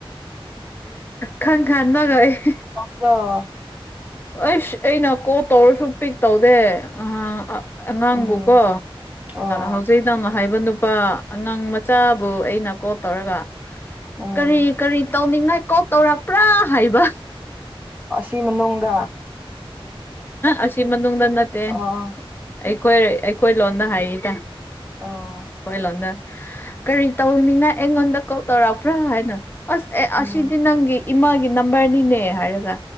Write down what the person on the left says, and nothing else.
ꯈꯪꯈꯅ <unintelligible>
ꯑꯩꯁ ꯑꯩꯅ ꯀꯣꯜ ꯇꯧꯔꯁꯨ ꯄꯤꯛ ꯇꯧꯗꯦ ꯑ ꯑꯉꯥꯡꯕꯨꯀꯣ
ꯍꯧꯖꯤꯛ ꯅꯪꯅ ꯍꯥꯏꯕ ꯅꯨꯄꯥ ꯑꯉꯥꯡ ꯃꯆꯥꯕꯨ ꯑꯩꯅ ꯀꯣꯜ ꯇꯧꯔꯒ
ꯀꯔꯤ ꯀꯔꯤ ꯇꯧꯅꯤꯡꯉꯥꯏ ꯀꯣꯛ ꯇꯧꯔꯛꯄ꯭ꯔꯥ ꯍꯥꯏꯕ
ꯑꯁꯤ ꯃꯅꯨꯡꯗ ꯅꯠꯇꯦ
ꯑꯩꯈꯣꯏ ꯑꯩꯈꯣꯏ ꯂꯣꯟꯗ ꯍꯥꯏꯌꯦꯗ
ꯍꯣꯏ ꯂꯣꯟꯗ ꯀꯔꯤ ꯇꯧꯅꯤꯡꯉꯥꯏ ꯑꯩꯉꯣꯟꯗ ꯀꯣꯜ ꯇꯧꯔꯛꯄ꯭ꯔꯥ ꯍꯥꯏꯅ ꯑꯁ ꯑꯦ
ꯑꯁꯤꯗꯤ ꯅꯪꯒꯤ ꯏꯃꯥꯒꯤ ꯅꯝꯕꯔꯅꯤꯅꯦ ꯍꯥꯏꯔꯒ